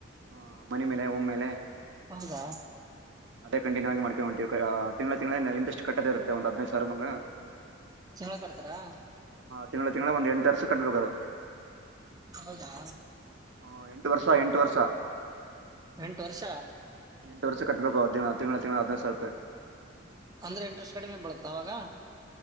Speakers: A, on the right; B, on the right.
A: ಹ ಮನೆ ಮೇಲೆ ಒಮ್ಮೇಲೆ
B: ಹೌದಾ
A: ಕಂಟಿನ್ಯೂ ಆ ಮಾಡ್ಕೊಂಬಿ ತಿಂಗಳ ತಿಂಗಳಿಂದಂದಿಂದಷ್ಟು ಕಟ್ಟದು ಇರುತ್ತೆ ಒಂದ್ ಹದಿನೈದು ಸಾವಿರಾರು ಮಂಗ
B: ಚೇಳ ಕಡ್ತಾರಾ
A: ತಿಂಗಳ ತಿಂಗಳ ಒಂದು ಎಂಟು ವರ್ಷ ಕಟ್ಬೇಕು ಅದು
B: ಹೌದಾ
A: ಹಾ ಎಂಟು ವರ್ಷ ಎಂಟು ವರ್ಷ
B: ಎಂಟು ವರ್ಷ
A: ಎಂಟು ವರ್ಷ ಕಟ್ಬೇಕು ತಿಂಗಳ ತಿಂಗಳ ಹದಿನೈದುಸಾವಿರ ರೂಪಾಯಿ
B: ಅಂದ್ರೆ ಇಂಟ್ರೆಸ್ಟ್ ಕಡಿಮೆ ಬಿಳುತ್ತ ಅವಾಗ